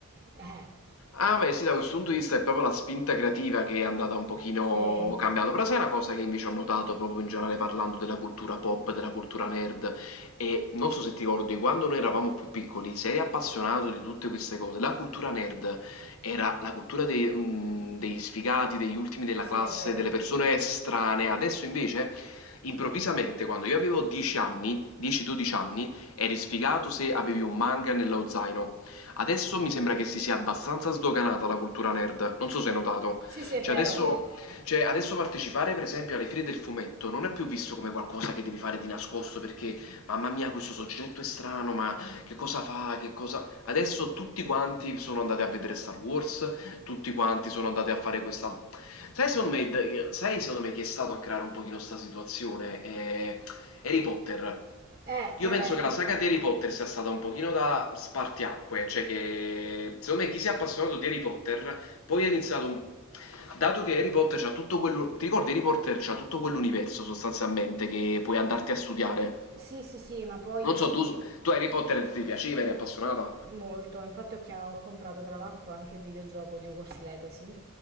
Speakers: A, on the right; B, on the left.
A: Eh, eh.
B: Ah, beh, sì, da questo punto di vista è proprio la spinta creativa che è andata un pochino
A: sì,
B: cambiata, però sai una cosa che invece ho notato proprio in generale parlando della cultura pop, della cultura nerd, e non so se ti ricordi, quando noi eravamo più piccoli, se eri appassionato di tutte queste cose, la cultura nerd era la cultura dei, mm, degli sfigati, degli ultimi della
A: sì,
B: classe,
A: è vero.
B: delle persone estranee, adesso invece... Improvvisamente, quando io avevo 10 anni, 10-12 anni, eri sfigato se avevi un manga nello zaino, Adesso mi sembra che si sia abbastanza sdoganata la cultura nerd, non so se hai notato.
A: Sì, sì, è
B: Cioè
A: vero.
B: adesso, cioè, adesso partecipare per esempio alle fiere del fumetto non è più visto come qualcosa che devi fare di nascosto perché mamma mia questo soggetto è strano, ma che cosa fa, che cosa... Adesso tutti quanti sono andati a vedere Star Wars, tutti quanti sono andati a fare questa... Sai secondo me, sai secondo me chi è stato a creare un pochino sta situazione? È Harry Potter.
A: Eh,
B: Io
A: eh,
B: penso che la saga di Harry Potter sia stata un pochino da spartiacque, cioè che secondo me chi si è appassionato di Harry Potter poi ha iniziato un... Dato che Harry Potter c'ha tutto quello... Ti ricordi Harry Potter c'ha tutto quell'universo sostanzialmente che puoi andarti a studiare.
A: sì, sì, sì, ma poi
B: Non so, tu, tu Harry Potter ti piaceva, eri appassionata?
A: molto. Infatti ho, chia- ho comprato tra l'altro anche il videogioco di Hogwarts Legacy